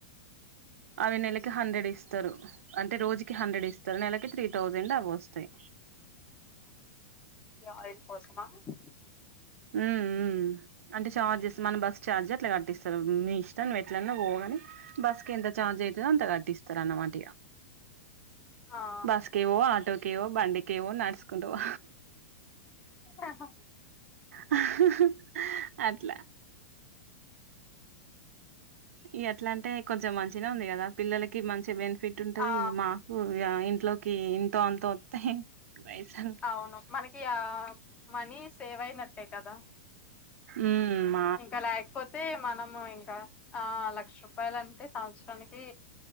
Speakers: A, on the right; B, on the left.
A: అవి నెలకి హండ్రెడ్ ఇస్తారు అంటే రోజుకి హండ్రెడ్ ఇస్తారు నెలకి త్రీ థౌజండ్ అవి వస్తాయి.
B: ఆయిల్ కోసమా <unintelligible>
A: ఉ ఉ ఉ అంటే చార్జెస్ మన బస్సు చార్జ్ అట్లా కట్టిస్తారు. మీ ఇష్టం ఎట్లన్నా పోగాని బస్కి ఎంత చార్జ్ అయితదో అంతా కట్టిస్తారు అన్న మాట
B: ఆ
A: బస్కేవో, ఆటోకేవో, బండికేవో, నడుచకుంటపోవ
B: ఆహ
A: హ హ అట్లా ఇగ అట్లా అంటే కొంచెం మంచిగా ఉంది కదా పిల్లలకి మంచి బెనిఫిట్ ఇట్టుఉంట్టది
B: ఆ
A: మాకు ఇగ ఇంట్లోకి ఇంతో అంత వస్తాయి పైయసల్‌
B: అవును మనకి ఆ మనీ సేవ్ అయినట్టే కదా
A: ఉ మ
B: ఇంకాల అయిపోతే మనము ఇంకా ఆ లక్ష రూపాయలు అంటే సంవత్సరానికి